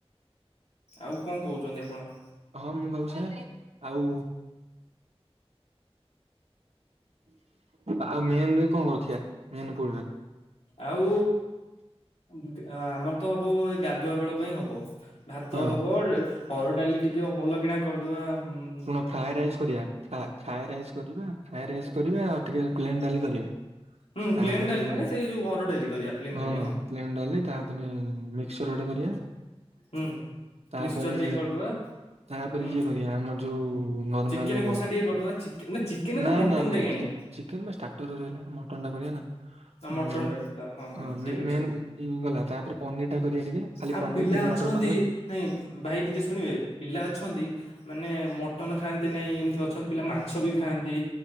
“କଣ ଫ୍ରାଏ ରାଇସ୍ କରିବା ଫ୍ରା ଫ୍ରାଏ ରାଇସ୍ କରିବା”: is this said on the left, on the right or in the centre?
Right